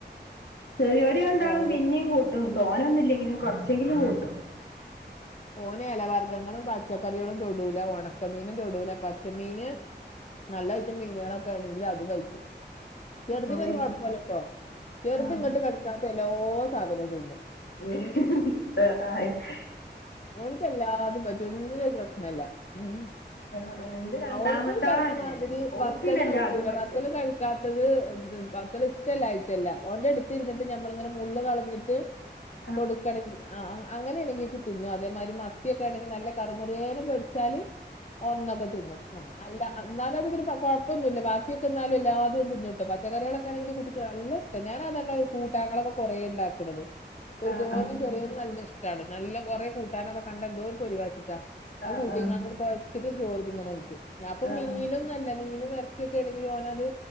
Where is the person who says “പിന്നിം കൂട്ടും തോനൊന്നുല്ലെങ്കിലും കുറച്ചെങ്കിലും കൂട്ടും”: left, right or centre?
Left